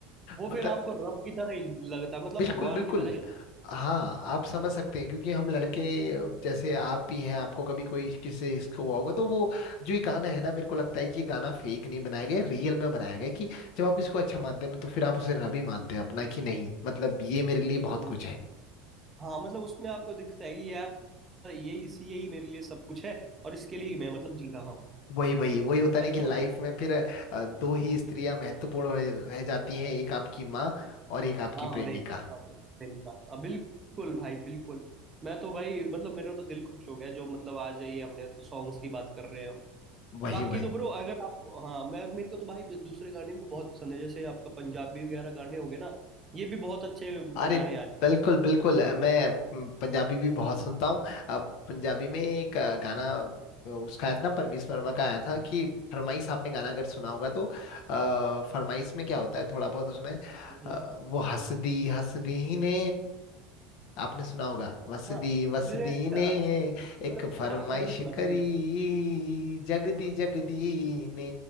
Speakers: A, on the right (about 25°); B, on the left (about 65°).
A: वो
B: मतलब
A: फिर आपको रब की तरह ही लगता है मतलब
B: बिल्कुल
A: भगवान
B: बिल्कुल
A: की तरह ही लगता
B: हाँ आप समझ सकते हैं क्योंकि हम लड़के जैसे आप भी हैं आपको कभी कोई किससे इसका हुआ होगा तो वो जो ये गाना है ना मेरे को लगता है कि ये गाना फेक नहीं बनाया गया रियल में बनाया गया है कि जब आप किसी को अच्छा मानते हैं ना तो फिर आप उसे रब ही मानते हैं अपना कि नहीं मतलब ये मेरे लिए
A: है बिल्कुल
B: बहुत कुछ है
A: हाँ मतलब उसमें आपको दिखता है कि यार यही इसी यही मेरे लिए सब कुछ है और इसके लिए ही मैं मतलब जी रहा हूँ
B: वही वही वही होता
A: ऐसा
B: है ना कि लाइफ
A: मतलब
B: में फिर अ, दो ही स्त्रियां महत्वपूर्ण रह रह जाती हैं एक आपकी माँ और एक आपकी
A: हाँ
B: प्रेमिका
A: और एक अब फिल्म का अब बिल्कुल भाई बिल्कुल मैं तो भाई मतलब मेरा तो दिल खुश हो गया जो मतलब आज ये हमने सॉन्ग्स की बात कर रहे हैं हम
B: वही
A: बाकी
B: वही
A: तो ब्रो अगर आप हाँ मैं मेरे को तो भाई दूसरे गाने भी बहुत पसंद है जैसे आपका पंजाबी वगैरह गाने हो गए ना ये भी बहुत अच्छे बना
B: अरे
A: रहे हैं आजकल
B: बिल्कुल बिल्कुल अ, मैं अम, पंजाबी भी बहुत सुनता हूँ अ, पंजाबी में एक अ, गाना अ, उसका आया था ना परमीश वर्मा का आया था कि फरमाइश आपने गाना अगर सुना होगा तो आ, फरमाइश में क्या होता है थोड़ा बहुत उसमें
A: हम्म,
B: अ, वो हसदी हसदी ने आपने सुना होगा वसदी
A: हाँ
B: वसदी
A: मेरे
B: ने
A: आपसे मतलब
B: एक फरमाइश
A: बहुत पहले सुना
B: करी
A: था मैंने
B: जगदी
A: बिल्कुल
B: जगदी ने